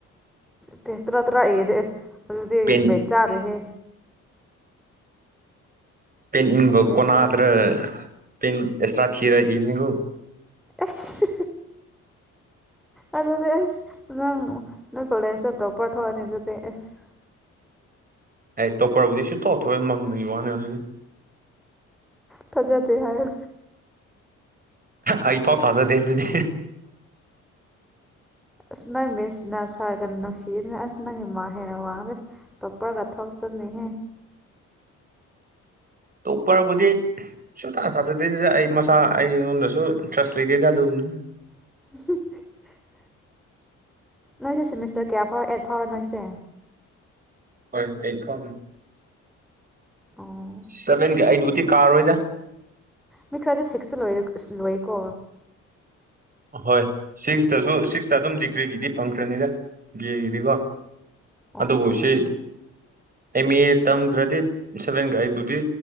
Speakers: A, in the centre; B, on the right.
A: ꯄꯦꯁ ꯇꯔꯥ ꯇꯔꯥ ꯢꯔꯗꯤ ꯑꯦꯁ ꯑꯗꯨꯗꯤ
B: ꯄꯦꯟ
A: ꯕꯦꯛ ꯆꯥꯔꯦꯍꯦ
B: ꯄꯦꯟ ꯏꯪꯕꯥꯎ
A: ꯄꯦꯁ
B: ꯀꯣꯟꯅꯗ꯭ꯔꯦ
A: ꯇꯔꯥ
B: ꯄꯦꯟ ꯑꯦꯛꯁꯇꯥꯔ ꯊꯤꯔ ꯢꯕꯅꯤꯀꯣ
A: ꯑꯁ ꯑꯗꯨꯗꯤ ꯑꯁ ꯅꯪ ꯅꯣꯢ ꯀꯣꯂꯦꯖꯇ ꯇꯣꯞꯄꯔ ꯊꯣꯛꯑꯅꯤ ꯑꯗꯨꯗꯤ ꯑꯁ
B: ꯑꯩ ꯇꯣꯞꯄ꯭ꯔꯕꯨꯗꯤ ꯁꯨꯡꯊꯣꯛ ꯊꯣꯛꯑꯣꯢ ꯃꯪꯒꯤ ꯋꯥꯅꯤ ꯑꯗꯨꯗꯤ
A: ꯊꯥꯖꯗꯦ ꯍꯥꯏꯌꯨ
B: ꯑꯩ ꯐꯥꯎ ꯊꯥꯖꯗꯦ ꯑꯗꯨꯗꯤ
A: ꯑꯁ ꯅꯪ ꯃꯤꯁꯅ ꯁꯥꯔꯒ ꯅꯨꯡꯁꯤꯔꯅ ꯑꯁ ꯅꯪꯒꯤ ꯃꯥꯥꯛ ꯍꯦꯟꯅ ꯋꯥꯡꯉꯒ ꯇꯣꯞꯄꯒ ꯊꯣꯛꯆꯅꯤꯍꯦ
B: ꯇꯣꯞꯄꯔꯕꯨꯗꯤ ꯁꯨꯡꯊꯥ ꯊꯥꯖꯗꯦꯗ ꯑꯩ ꯃꯆꯥꯥ ꯑꯩꯉꯣꯟꯗꯁꯨ ꯏꯟꯇ꯭ꯔꯁ ꯂꯩꯇꯦꯗ ꯑꯗꯨꯝꯅꯤ
A: <unintelligible> ꯅꯣꯏꯁꯦ ꯁꯦꯃꯤꯁꯇꯔ ꯀꯌꯥ ꯐꯥꯎꯔ ꯑꯦꯠ ꯐꯥꯎꯔ ꯅꯣꯏꯁꯦ
B: ꯑꯦꯠ ꯐꯥꯎꯅꯤ
A: ꯑꯣ
B: ꯁꯕꯦꯟꯒ ꯑꯦꯠꯕꯨꯗꯤ ꯀꯥꯔꯣꯏꯗ
A: ꯃꯤ ꯈꯥꯔꯗꯤ ꯁꯤꯛꯁꯇ ꯂꯣꯏꯔꯦ ꯂꯣꯏꯀꯣ
B: ꯍꯣꯏ ꯁꯤꯛꯁꯇꯁꯨ ꯁꯤꯛꯁꯇ ꯑꯗꯨꯝ ꯗꯤꯒ꯭ꯔꯤꯒꯤꯗꯤ ꯐꯪꯈ꯭ꯔꯅꯤꯗ ꯕꯤ ꯑꯦꯒꯤꯗꯤꯀꯣ
A: ꯑꯣ
B: ꯑꯗꯨꯕꯨ ꯁꯤ ꯑꯦꯝ ꯑꯦ ꯇꯝꯗ꯭ꯔꯗꯤ ꯁꯚꯦꯟꯒ ꯑꯦꯠꯕꯨꯗꯤ